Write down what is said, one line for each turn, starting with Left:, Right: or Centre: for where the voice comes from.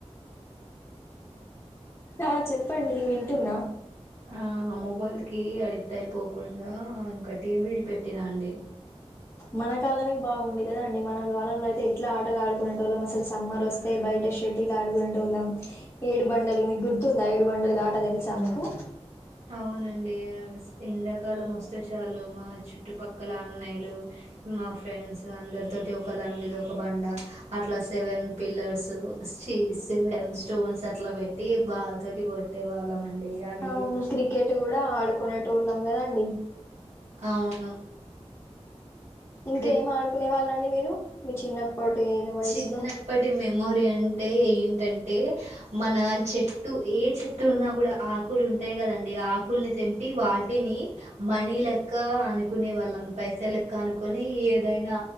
Left: ఆ చెప్పండి వింటున్న
Right: ఆ మొబైల్ కి అడిక్ట్ అయిపోకుండా ఇంకా టీవీ పెట్టినాండి.
Left: మన కాలమే బాగుండె కదా అండి. మన కాలంలో అయితే ఎట్లా ఆటలు ఆడుకునేటోళ్ళం. అసలు సమ్మర్ వస్తే బయ్ అంటే షటిలా ఆడుగుంటోళ్ళం ఏడు బండలు మీకు గుర్తుందా ఏడు బండలు గా ఆట తెలుసా మీకు?
Right: అవునండి యాస్ ఎండాకాలం వస్తే చాలు మా చుట్టుపక్కల అన్నయలు మా ఫ్రెండ్స్ అందరి తోటి ఒక దాని మీద ఒక బండ అట్లా సెవెన్ పిల్లర్స్ చస్వన్ స్టోన్స్ అట్ల పెట్టి బాల్ తోటి కొట్టే వాళ్ళమండి అగే
Left: అవును క్రికెట్ కూడా ఆడుకునేటోళ్ళం కద అండి
Right: అవును
Left: ఇంకేం
Right: క్రి
Left: ఆడుకునే వాళ్ళండి మీరు మీ చిన్నప్పటి ఏదు వయసులో
Right: చిన్నప్పటి మెమోరీ అంటే ఏంటంటే మన చెట్టు ఏ చెట్టు ఉన్నా కూడా ఆకులు ఉంటాయి కదండి. ఆకుల్ని తెంపి వాటిని మనీ లెక్క అనుకునే వాళ్ళం పైస లెక్క అనుకొని దీ ఏదైనా